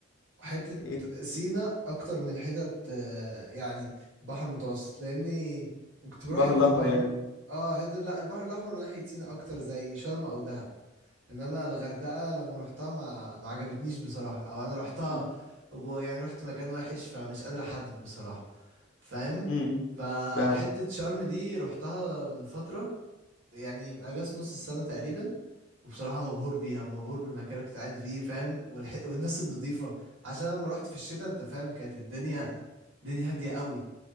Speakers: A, on the right; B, on the left.
A: حتة
B: إيه؟
A: سينا أكتر من حتة آه، يعني بحر المتوسط لأني كنت بروح
B: البحر
A: حتة
B: الاحمر
A: البحر
B: يعني
A: اه حتة لا البحر الأحمر ناحية سينا أكتر زي شرم أو دهب إنما الغردقة لما روحتها ما ما عجبتنيش بصراحة أو أنا روحتها
B: م-
A: ويعني رحت مكان وحش فمش قادر أحدد بصراحة فاهم
B: م-
A: فحتة
B: فاهم
A: شرم دي روحتها من فترة يعني من أجازة نص السنة تقريبا وبصراحة مبهور بيها مبهور بالمكان اللي كنت قاعد فيه فاهم والح... والناس النظيفة عشان أنا لما رحت في الشتاء انت فاهم كانت الدنيا الدنيا هادية قوي